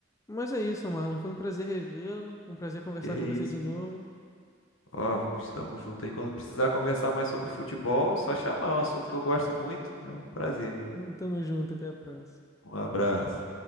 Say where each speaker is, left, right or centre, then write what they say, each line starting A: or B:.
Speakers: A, on the left; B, on the left.
A: Mas é isso, Marlon. Foi um prazer revê-lo, um prazer conversar
B: Que é
A: com
B: isso.
A: você de novo.
B: pô. Ó, estamos juntos aí. Quando precisar conversar mais sobre futebol, é só chamar, é um assunto que eu gosto muito. É um prazer.
A: <laughs> Tamo junto, até a próxima.
B: Um abraço.